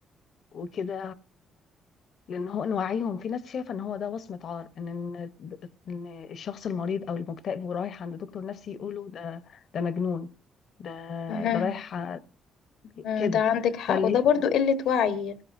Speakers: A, on the left; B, on the left.
A: وكده لان هو نوعيهم في ناس شايفه ان هو ده وصمه عار ان ان إن الشخص المريض او المكتئب ورايح عند دكتور نفسي يقولوا ده ده مجنون ده
B: مهم.
A: ده رايح ع-
B: مم،
A: كده
B: ده عندك حق
A: فاللي
B: وده
A: هي
B: برضو قلة وعي